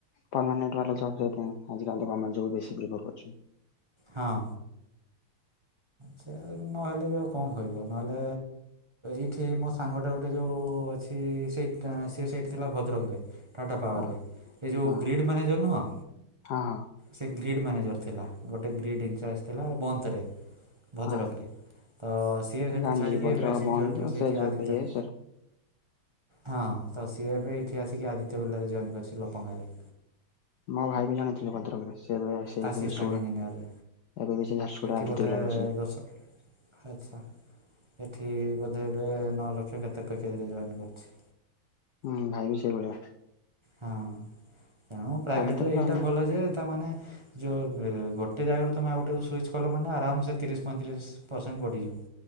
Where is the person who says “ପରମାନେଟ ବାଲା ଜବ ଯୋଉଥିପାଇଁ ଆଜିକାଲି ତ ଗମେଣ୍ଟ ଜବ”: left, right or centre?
Left